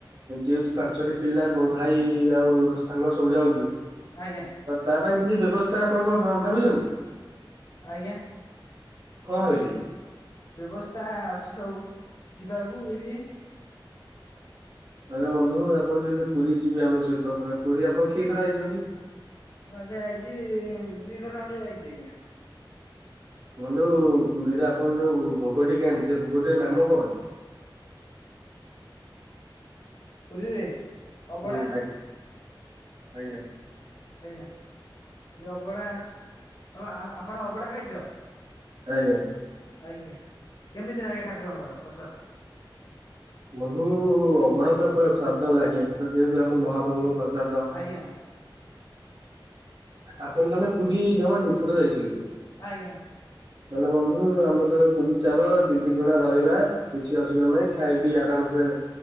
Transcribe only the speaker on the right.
ଯେହେତୁ ପାଞ୍ଚଟି ପିଲା ଭାଇ ଆଉ ସାଙ୍ଗ ସବୁ ଯାଉଛୁ।
ତା ପାଇଁ କିଛି ବ୍ୟବସ୍ଥା ଆପଣଙ୍କ କଣ ଭାବିଛନ୍ତି?
କଣ ଭାବିଚେ
ତାହଲେ ବନ୍ଧୁ ଆପଣ ଯଦି ପୁରୀ ଯିବେ ଆମ ସହିତ ତାହେଲେ ପୁରୀ ଆପଣ କିଏ ଥର ଆଇଛନ୍ତି?
ମୁଣ୍ଡୁ ପୁରୀରେ ଆପଣ ଯୋଉ ଭୋଗଟି କେନ୍ତି ସେ ଭୋଗଟିର ନାମ କଣ?
ହୁଁ ଆଜ୍ଞା ଆଜ୍ଞା।
ଆଜ୍ଞା।
ବନ୍ଧୁ ଅଭଡ଼ା ତ ପୁରା ସ୍ଵାଦ ଲାଗେ ତ ଯେହେତୁ ଆମ ମହାପ୍ରଭୁଙ୍କ ପ୍ର ଜଦ।
ଆପଣ ତାହେଲେ ପୁରୀ ଜମା ଦୁଇଥର। ଯାଇଛନ୍ତି।
ନହେଲେ ବନ୍ଧୁ ଆମ ସହ ପୁରୀ ଚାଲ ଦି ଦିନ ଖଣ୍ଡେ ରହିବା କିଛି ଅସୁବିଧା ନାହିଁ ଖାଇ ପି ଆରାମସ